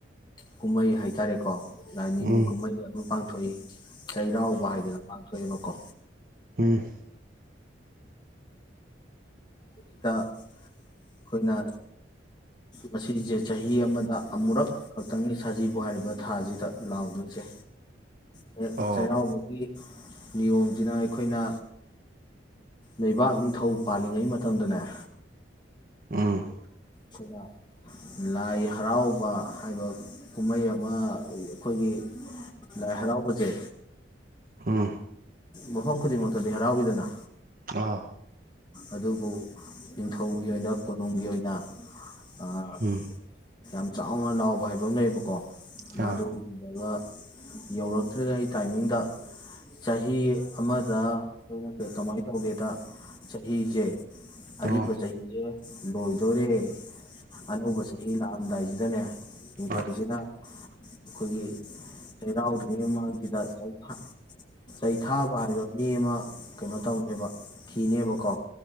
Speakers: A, on the left (about 25°); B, on the right (about 50°).
A: ꯀꯨꯝꯍꯩ ꯍꯥꯏꯇꯥꯔꯦꯀꯣ ꯂꯥꯏꯅꯤꯡ
B: ꯎꯝ
A: ꯀꯨꯝꯍꯩ ꯌꯥꯕꯨ ꯄꯥꯡꯊꯣꯛꯏ ꯆꯩ ꯋꯥ ꯍꯥꯏꯗꯅ ꯄꯥꯡꯊꯣꯛꯑꯦꯕꯀꯣ
B: ꯎꯝ
A: ꯁꯤꯗ ꯑꯩꯈꯣꯏꯅ ꯃꯁꯤꯁꯦ ꯆꯍꯤ ꯑꯃꯗ ꯑꯃꯨꯔꯛ ꯈꯛꯇꯪꯅꯤ ꯁꯖꯤꯕꯨ ꯍꯥꯏꯔꯤꯕ ꯊꯥꯁꯤꯗ ꯂꯥꯎꯗꯣꯏꯁꯦ ꯆꯩ
B: ꯑꯣ
A: ꯆꯩꯔꯥꯎꯕꯒꯤ ꯅꯤꯌꯣꯝꯁꯤꯅ ꯑꯩꯈꯣꯏꯅ ꯂꯩꯕꯥꯛ ꯅꯤꯡꯊꯧ ꯄꯥꯜꯂꯤꯉꯩ ꯃꯇꯝ ꯃꯇꯝꯗꯅꯦ
B: ꯎꯝ
A: ꯈꯣꯂꯥꯎ ꯂꯥꯏ ꯍꯔꯥꯎꯕ ꯍꯥꯏꯕ ꯀꯨꯝꯃꯩ ꯑꯃ ꯑꯩꯈꯣꯏꯒꯤ ꯂꯥꯏ ꯍꯔꯥꯎꯕꯖꯦ
B: ꯍꯝ
A: ꯃꯐꯝ ꯈꯨꯗꯤꯡꯃꯛꯇꯗꯤ ꯍꯔꯥꯎꯋꯤꯗꯅ
B: ꯑꯥ
A: ꯑꯗꯨꯕꯨ ꯅꯤꯡꯊꯧꯒꯤ ꯑꯣꯏꯅ ꯀꯣꯅꯨꯡꯒꯤ ꯑꯣꯏꯅ ꯑꯥ ꯑ ꯑ
B: ꯎꯝ
A: ꯌꯥꯝ ꯆꯥꯎꯅ ꯂꯥꯎꯕ ꯍꯥꯏꯕ ꯑꯃ ꯂꯩꯌꯦꯕꯀꯣ
B: ꯑꯥ
A: ꯃꯗꯨ ꯎꯃꯒꯥ ꯌꯧꯔꯛꯇ꯭ꯔꯤ ꯉꯩ ꯇꯥꯏꯃꯤꯡꯗ ꯆꯍꯤ ꯑꯃꯗ ꯑꯗꯨꯅꯇ ꯀꯃꯥꯏ ꯇꯧꯒꯦꯗ ꯆꯍꯤꯖꯦ ꯑꯔꯤꯕ
B: ꯑꯣ
A: ꯆꯥꯍꯤꯖꯦ ꯂꯣꯏꯗꯣꯔꯦ ꯑꯅꯧꯕ ꯆꯍꯤ ꯂꯥꯛ ꯍꯝꯗꯥꯏꯁꯤꯗꯅꯦ ꯌꯦ
B: ꯑꯥ
A: ꯊꯧꯕꯁꯤꯅ ꯑꯈꯣꯏꯒꯤ ꯆꯩꯔꯥꯎꯗ꯭ꯔꯤꯉꯩ ꯃꯃꯥꯡꯖꯤꯗ ꯆꯩ ꯊ ꯆꯩꯊꯥꯕ ꯍꯥꯏꯕ ꯒꯤ ꯑꯃ ꯀꯩꯅꯣ ꯇꯧꯅꯤꯕ ꯊꯤꯅꯦꯕ ꯀꯣ